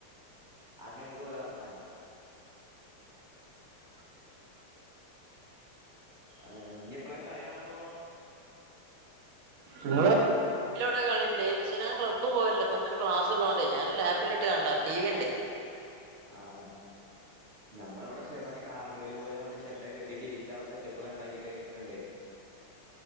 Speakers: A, on the right; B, on the right.
A: അങ്ങനെയൊക്കെ ഓരോ അർ തകം ആ ഇനി എപ്പളാ കളി കാണാൻ പോണ് ബ്രോ ആ
B: ഇല്ല ഏട്ടാ <unintelligible> കളിണ്ട് ക്ഷെ ഞാൻ ക്ലബ്ബ് പോയല്ലപ്പം എനിക്ക് ക്ലാസുള്ളതോണ്ടെ ഞാൻ ലാപ്പിലിട്ട് കാണണ ടി വി ഉണ്ടെ.
A: ആഹ് നമ്മളിവിടെ <unintelligible> കാർണിവൽ പോലെ മറ്റെ ഷെഡൊക്കെ കെട്ടീട്ട് ഇരിക്കാനുള്ള സെറ്റപ്പൊക്കെ ഉണ്ടാക്കിയിട്ട് ഉണ്ടെ.